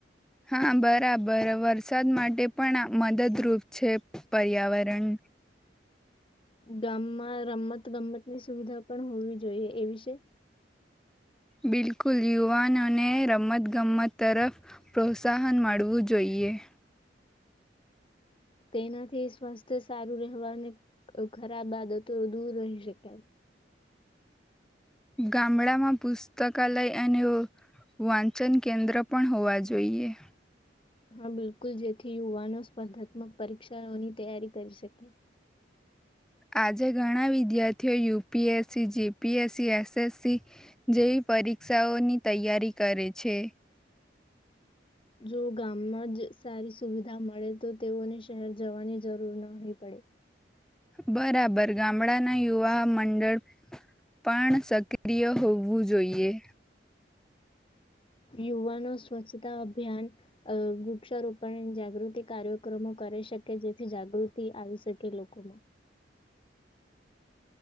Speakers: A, in the centre; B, on the left.
A: હા બરાબર વરસાદ માટે પણ મદદરૂપ છે પર્યાવરણ
B: ગામમાં રમત ગમતની સુવિધા પણ હોવી જોઈએ એ વિશે
A: બિલકુલ યુવાનોને રમતગમત તરફ પ્રોત્સાહન મળવું જોઈએ.
B: તેનાથી સ્વાસ્થ્ય સારું રહેવા અને ખરાબ આદતો દૂર રહી શકાય.
A: ગામડામાં પુસ્તકાલય અને વાંચન કેન્દ્ર પણ હોવા જોઈએ.
B: હા બિલકુલ જેથી યુવાનો સ્પર્ધાત્મક પરીક્ષાઓની તૈયારી કરી શકે.
A: આજે ઘણા વિદ્યાર્થીઓ યુપીએસસી જીપીએસસી એસએસસી જેવી પરીક્ષાઓની તૈયારી કરે છે.
B: જો ગામમાં જ સારી સુવિધા મળે તો તેઓને શહેર જવાની જરૂર નહ પડે.
A: બરાબર ગામડાના યુવા મંડળ પણ સક્રિય હોવું જોઈએ.
B: યુવાનો સ્વચ્છતા અભિયાન વૃક્ષારોપણ જાગૃતિ કાર્યક્રમો કરી શકે જેથી જાગૃતિ આવી શકે લોકોમાં